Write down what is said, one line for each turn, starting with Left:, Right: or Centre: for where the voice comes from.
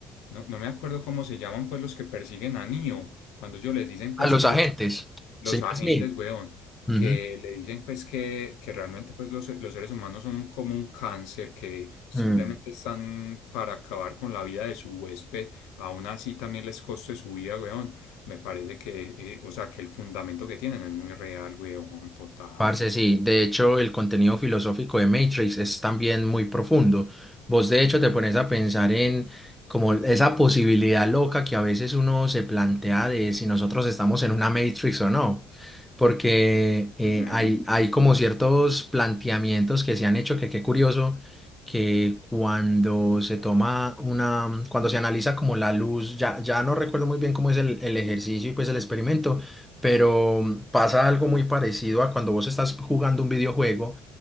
Left: No, no me acuerdo cómo se llaman, pues, los que persiguen a Neo. Cuando ellos les dicen,
Centre: A
Left: pues,
Centre: los
Left: que
Centre: agentes,
Left: los los
Centre: señor
Left: agentes,
Centre: Smith.
Left: weón,
Centre: Ujú.
Left: que le dicen pues que, que realmente pues los, los seres humanos son como un cáncer, que simplemente
Centre: ujú.
Left: están para acabar con la vida de su huésped, aún así también les coste su vida, weón. Me parece que, eh, o sea, que el fundamento que tienen es muy real, weón, total.
Centre: Parce, sí, de hecho el contenido filosófico de Matrix es también muy profundo. Vos de hecho te pones a pensar en como esa posibilidad loca que a veces uno se plantea de si nosotros estamos en una Matrix o no, porque eh,
Left: Ujú,
Centre: hay, hay como ciertos planteamientos que se han hecho que qué curioso que cuando se toma una, cuando se analiza como la luz, ya, ya no recuerdo muy bien cómo es el, el ejercicio y pues el experimento pero mm, pasa algo muy parecido a cuando vos estás jugando un videojuego,